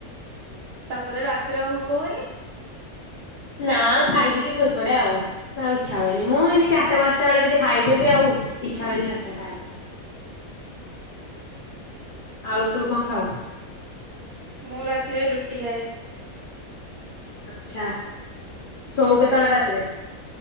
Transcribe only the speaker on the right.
ତାପରେ ରାତିରେ ଆଉ ଭୋକ ହୁଏନି?
ମୁଁ ରାତିରେ ରୁଟି ଖାଏ।